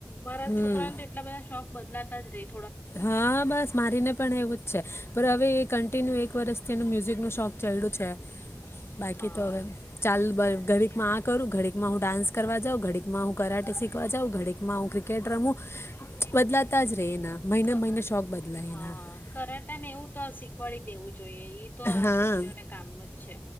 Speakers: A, on the left; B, on the left.
A: છોકરાઓને
B: હમ
A: તો એટલા બધા શોખ બદલાત તા જ રેય.
B: હા બસ મારીને પણ એવું જ છે. પર હવે એ કન્ટિન્યુ એક વર્ષથી એનું મ્યુઝિકનો શોખ ચ્યડુ છે. બાકી
A: હા
B: તો હવે ચાલ બ ઘડીકમાં આ કરું, ઘડીકમાં હું ડાન્સ કરવા જાઉં, ઘડીકમાં હું કરાટે શીખવા જાઉં, ઘડીકમાં હું ક્રિકેટ રમું બદલાતા જ રેય એના. મહિને
A: ક
B: મહિને શોખ બદલાય
A: હા
B: એના
A: કરાટા ને એવું તો આ શી શીખવાડી દેવું. જોઈએ ઈ તો આ
B: હા
A: છોકરીઓને કામનું જ છે.